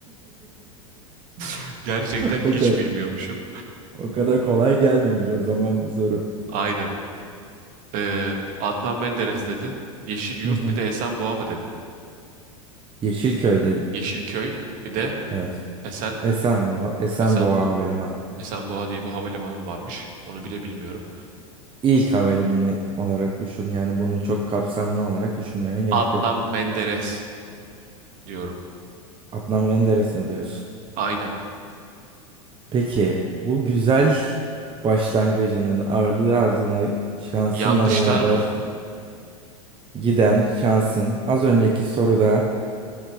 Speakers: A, on the right (about 50°); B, on the right (about 30°).
A: <laughs> Gerçekten
B: <laughs>
A: hiç
B: O kadar.
A: bilmiyormuşum.
B: O kadar kolay gelmemiş o zaman bu soru.
A: Aynen. Ee, Adnan Menderes dedin. Yeşilyurt
B: Hı hı.
A: bir de Esenboğa mı dedin?
B: Yeşilköy dedim.
A: Yeşilköy bir de
B: Evet.
A: Esen
B: Esenboğa, Esenboğa
A: Esenboğa.
B: Havalimanı.
A: Esenboğa diye bir havalimanı varmış. Onu bile bilmiyorum.
B: İlk havalimanı olarak düşün. Yani bunu çok kapsamlı olarak düşünmeye gerek
A: Adnan
B: yok.
A: Menderes diyorum.
B: Adnan Menderes mi diyorsun?
A: Aynen.
B: Peki bu güzel başlangıcının ardı ardına şansınla
A: Yanlışlar
B: beraber
A: mı?
B: giden şansın az önceki soruda